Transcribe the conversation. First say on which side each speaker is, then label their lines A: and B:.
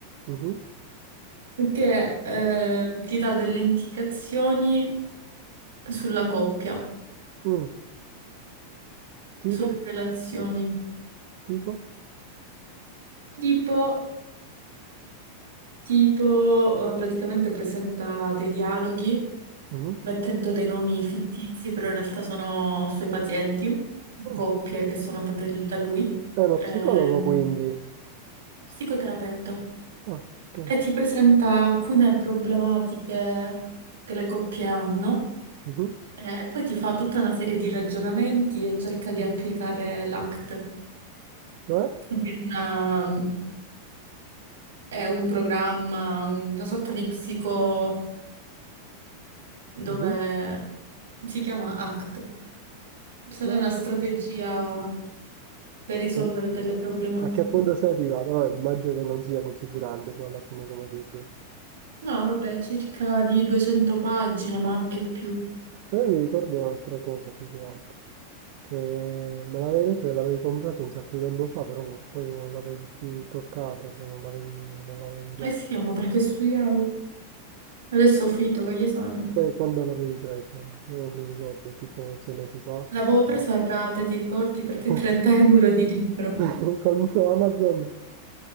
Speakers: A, on the right; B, on the right.
A: Mhm.
B: che eh, ti dà delle indicazioni sulla coppia,
A: Mm, Tipo?
B: sulle relazioni.
A: Tipo?
B: Tipo, tipo, eh, praticamente presenta dei dialoghi
A: Mhm.
B: mettendo dei nomi fittizi, però in realtà sono suoi pazienti,
A: Ah,
B: coppie che sono andate da lui.
A: È uno
B: Ehm,
A: psicologo quindi.
B: psicoterapeuta.
A: ah, ok.
B: E ti presenta alcune problematiche che le coppie hanno
A: Mhm.
B: eh, e poi ti fa tutta una serie di ragionamenti e cerca di applicare l'ACT,
A: Cioè?
B: che è, una- è un programma, una sorta di psicoterapia dove
A: Mhm.
B: si chiama ACT. Cioè,
A: Ma...
B: È una strategia
A: eh,
B: per risolvere
A: E
B: delle problematiche.
A: A che punto sei arrivato? Vabbè, immagino che non sia così grande poi alla fine come libro.
B: No, vabbè, circa di 200 pagine, ma anche più.
A: Poi mi ricordo un'altra cosa più che altro. Che me l'avevi detto che l'avevi comprato un sacco di tempo fa, però poi non l'avevi più toccato, cioè non l'avevi non l'avevi letto.
B: Eh sì, ma perché studiavo. Adesso ho finito con gli esami.
A: Que- Quando l'avevi preso? Non mi ricordo, tipo sei mesi fa?
B: L'avevo preso a rate, ti ricordi? Perché
A: Basta.
B: 30 euro di libro.
A: <laughs> Conosco Amazon.